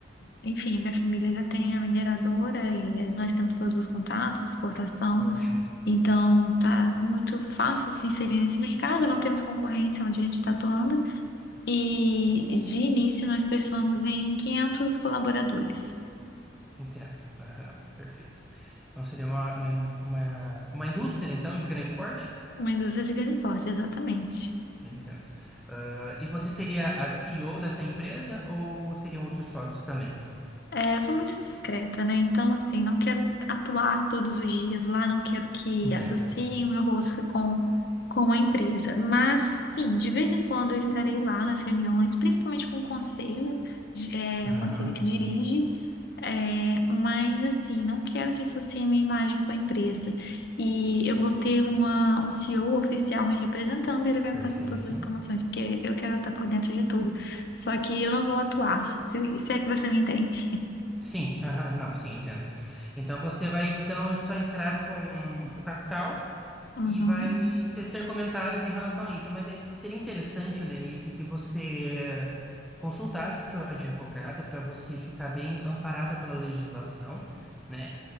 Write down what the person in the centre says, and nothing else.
Ótimo,
entendo. Aham, perfeito. Então seria uma, uma, in- uma, uma indústria, então, de grande porte?
Entendo. Ah, e você seria a CEO dessa empresa ou seriam outros sócios também?
Entendo.
Aham,
tá,
perfeito.
Sim, aham, não, sim, entendo. Então você vai, então, é só entrar com o capital.
e vai tecer comentários em relação a isso. Mas é- seria interessante, Lenice, que você consultasse seu advogado para você ficar bem amparada pela legislação, né?